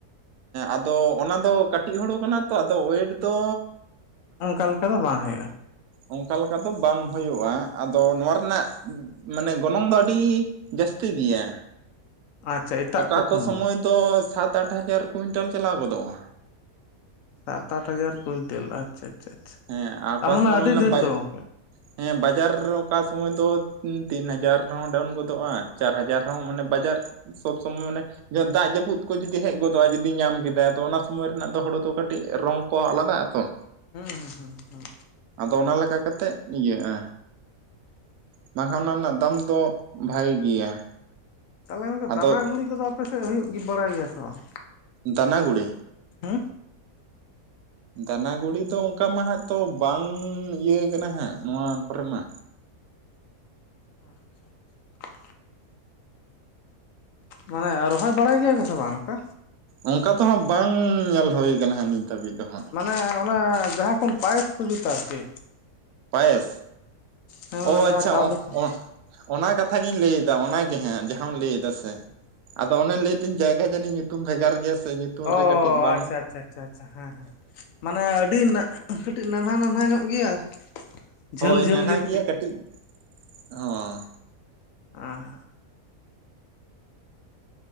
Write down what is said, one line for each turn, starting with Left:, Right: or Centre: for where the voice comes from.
Right: ᱟᱫᱚ ᱚᱱᱟ ᱫᱚ ᱠᱟᱹᱴᱤᱡ ᱦᱳᱲᱩ ᱠᱟᱱᱟ ᱛᱚ ᱟᱫᱚ ᱳᱭᱮᱴ ᱫᱚᱼᱼ
Left: ᱚᱱᱠᱟ ᱞᱮᱠᱟ ᱫᱚ ᱵᱟᱝ ᱦᱩᱭᱩᱜᱼᱟ᱾
Right: ᱚᱱᱠᱟ ᱞᱮᱠᱟ ᱫᱚ ᱵᱟᱝ ᱦᱩᱭᱩᱜᱼᱟ ᱟᱫᱚ ᱱᱚᱣᱟ ᱨᱮᱱᱟᱜᱼᱼ ᱢᱟᱱᱮ ᱜᱚᱱᱚᱝ ᱫᱚ ᱟᱹᱰᱤ ᱡᱟᱹᱥᱛᱤ ᱜᱮᱭᱟ᱾
Left: ᱟᱪᱪᱷᱟ ᱮᱴᱟᱜ
Right: ᱚᱠᱟ ᱠᱚ
Left: ᱠᱷᱚᱱ
Right: ᱥᱚᱢᱚᱭ ᱫᱚ ᱥᱟᱛ ᱟᱴ ᱦᱟᱡᱟᱨ ᱠᱩᱭᱤᱱᱴᱟᱞ ᱪᱟᱞᱟᱣ ᱜᱚᱫᱚᱜᱼᱟ᱾
Left: ᱥᱟᱛ ᱟᱴ ᱦᱟᱡᱟᱨ ᱠᱩᱭᱤᱱᱴᱮᱞ ᱟᱪᱪᱷᱟ ᱟᱪᱪᱷᱟ
Right: ᱦᱮᱸ ᱟᱨ
Left: ᱛᱟᱨᱢᱟᱱᱮ
Right: ᱚᱠᱟ ᱥᱚᱢᱚᱭ
Left: ᱟᱹᱰᱤ
Right: ᱢᱟᱱᱮ
Left: ᱰᱷᱮᱨ
Right: ᱵᱟᱭ
Left: ᱫᱚ ᱜᱚᱢᱠᱮ?
Right: ᱦᱮᱸ ᱵᱟᱡᱟᱨ ᱚᱠᱟ ᱥᱚᱢᱚᱭ ᱫᱚ ᱛᱤᱱ ᱦᱟᱡᱟᱨ ᱦᱚᱸ ᱰᱟᱣᱩᱱ ᱜᱚᱫᱚᱜᱼᱟ᱾ ᱪᱟᱨ ᱦᱟᱡᱟᱨ ᱦᱚᱸ ᱢᱟᱱᱮ ᱵᱟᱡᱟᱨ ᱥᱚᱵᱽ ᱥᱚᱢᱚᱭ ᱢᱟᱱᱮ ᱡᱟ ᱫᱟᱜ ᱡᱟᱹᱯᱩᱫ ᱠᱚ ᱡᱩᱫᱤ ᱦᱮᱡ ᱜᱚᱫᱚᱜᱼᱟ ᱡᱩᱫᱤ ᱧᱟᱢ ᱠᱮᱫᱟᱭ ᱟᱫᱚ ᱚᱱᱟ ᱥᱚᱢᱚᱭ ᱨᱮᱱᱟᱜ ᱫᱚ ᱦᱩᱲᱩ ᱫᱚ ᱠᱟᱹᱴᱤᱡ ᱨᱚᱝ ᱠᱚ ᱟᱞᱟᱫᱟᱜᱼᱟ ᱛᱚ᱾
Left: ᱦᱩᱸ ᱦᱩᱸ, ᱦᱩᱸ, ᱦᱩᱸ᱾
Right: ᱟᱫᱚ ᱚᱱᱟ ᱞᱮᱠᱟ ᱠᱟ ᱠᱟᱛᱮᱫ ᱤᱭᱟᱹᱜᱼᱟ᱾ ᱵᱟᱝᱠᱷᱟᱱ ᱚᱱᱟ ᱨᱮᱱᱟᱜ ᱫᱟᱢ ᱫᱚ ᱵᱷᱟᱹᱜᱮ ᱜᱮᱭᱟ᱾
Left: ᱛᱟᱦᱚᱞᱮ ᱜᱚᱝᱠᱮ
Right: ᱟᱫᱚ
Left: ᱫᱟᱱᱟ ᱜᱩᱲᱤ ᱠᱚᱫᱚ ᱟᱯᱮ ᱥᱮᱫ ᱦᱩᱭᱩᱜ ᱜᱮ ᱵᱟᱲᱟᱭ ᱜᱮᱭᱟ ᱥᱮ ᱵᱟᱝ?
Right: ᱫᱟᱱᱟ ᱜᱩᱲᱤ᱾
Left: ᱦᱮᱸ᱾
Right: ᱫᱟᱱᱟ ᱜᱩᱲᱤ ᱫᱚ ᱚᱱᱠᱟ ᱢᱟ ᱦᱟᱸᱜ ᱛᱚ ᱵᱟᱝ ᱤᱭᱟᱹ ᱠᱟᱱᱟ ᱦᱟᱸᱜ ᱱᱚᱣᱟ ᱠᱚᱨᱮ ᱢᱟ
Left: ᱟᱪᱪᱷᱟ, ᱟᱪᱪᱷᱟ᱾ ᱢᱟᱱᱮ ᱨᱚᱦᱚᱭ ᱵᱟᱲᱟᱭ ᱜᱮᱭᱟ ᱠᱚᱥᱮ ᱵᱟᱝ ᱚᱱᱠᱟ?
Right: ᱚᱱᱠᱟ ᱫᱚᱦᱟᱸᱜ ᱵᱟᱝ ᱧᱮᱞ ᱦᱩᱭ ᱟᱠᱟᱱᱟ ᱦᱟᱜ ᱱᱤᱛ ᱫᱷᱟᱹᱵᱤᱡ ᱫᱚ ᱦᱟᱸᱜ
Left: ᱢᱟᱱᱮ ᱚᱱᱟ ᱡᱟᱦᱟᱸ ᱠᱷᱚᱱ ᱯᱟᱭᱮᱥ ᱠᱚ ᱡᱩᱛ ᱟᱨᱠᱤ᱾
Right: ᱯᱟᱭᱮᱥ
Left: ᱦᱮᱸ ᱢᱟᱱᱮ
Right: ᱚ
Left: ᱡᱟᱦᱟᱸ
Right: ᱟᱪᱪᱷᱟ
Left: ᱪᱟᱣᱞᱮ
Right: ᱚ
Left: ᱠᱷᱚᱱ
Right: ᱚ ᱚᱱᱟ ᱠᱟᱛᱷᱟ ᱜᱤᱧ ᱞᱟᱹᱭ ᱮᱫᱟ ᱚᱱᱟ ᱜᱮ ᱦᱟᱸᱜ ᱡᱟᱦᱟᱸᱟᱢ ᱞᱟᱹᱭ ᱫᱟ ᱥᱮ ᱟᱫᱚ ᱚᱱᱮ ᱞᱟᱹᱭᱫᱟᱹᱧ ᱡᱟᱭᱜᱟ ᱡᱟᱹᱱᱤᱡ ᱧᱩᱛᱩᱢ ᱵᱷᱮᱜᱟᱨ ᱜᱮᱭᱟ ᱥᱮ ᱨᱮ
Left: ᱚᱻ
Right: ᱠᱟᱹᱴᱤᱡ ᱵᱟᱝ
Left: ᱟᱪᱪᱷᱟ, ᱟᱪᱪᱷᱟ, ᱟᱪᱪᱷᱟ ᱟᱪᱷᱟ ᱦᱮᱸ ᱦᱮᱸ᱾ ᱢᱟᱱᱮ ᱟᱹᱰᱤ ᱠᱟᱹᱴᱤᱡ ᱱᱟᱱᱦᱟ ᱱᱟᱱᱦᱟ ᱧᱚᱜ ᱜᱮᱭᱟ᱾ ᱡᱷᱟᱹᱞ
Right: ᱦᱳᱭ
Left: ᱡᱷᱟᱹᱞ
Right: ᱱᱟᱱᱦᱟ
Left: ᱜᱮ
Right: ᱜᱮᱭᱟ ᱠᱟᱹᱴᱤᱡ ᱦᱚᱸ᱾
Left: ᱚᱸ᱾